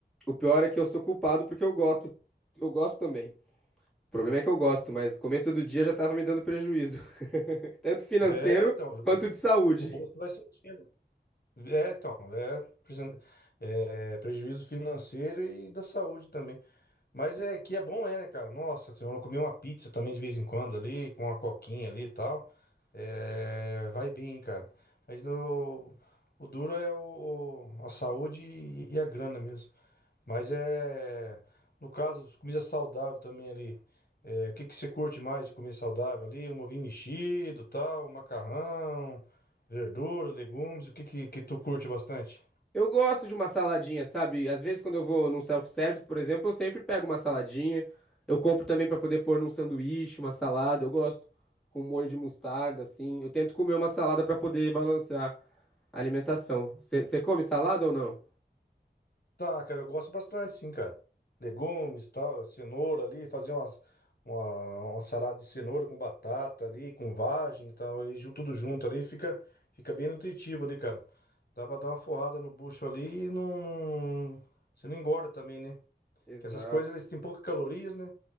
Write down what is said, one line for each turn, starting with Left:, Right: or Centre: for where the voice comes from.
Centre: O pior é que eu sou culpado porque eu gosto, eu gosto também. O problema é que eu gosto, mas comer todo dia já estava me dando prejuízo. <laughs> Tanto financeiro
Left: É, então, o,
Centre: quanto de saúde.
Left: o bolso vai sentindo. É, então, é, presen- é prejuízo financeiro e da saúde também. Mas é que é bom, é, né, cara? Nossa, se eu comer uma pizza também de vez em quando ali, com uma coquinha ali e tal, é, vai bem, hein, cara. Mas no, o duro é o, a saúde e, e a grana mesmo. Mas é, no caso, comida saudável também ali. é, o que que você curte mais de comer saudável ali? Um ovinho mexido, tal, um macarrão, verdura, legumes, o que que, que tu curte bastante?
Centre: Eu gosto de uma saladinha, sabe? Às vezes, quando eu vou num self-service, por exemplo, eu sempre pego uma saladinha. Eu compro também para poder pôr num sanduíche, uma salada. Eu gosto com um molho de mostarda, assim. Eu tento comer uma salada para poder balancear a alimentação. Você come salada ou não?
Left: Tá, cara, eu gosto bastante, sim, cara. Legumes, tal, cenoura ali, fazer umas, uma, uma salada de cenoura com batata ali, com vagem, então aí ju- tudo junto ali, fica, fica bem nutritivo ali, cara. Dá pra dar uma forrada no bucho ali e não, não- você não engorda também, né?
Centre: Exato.
Left: Que essas coisas, eles têm poucas calorias, né?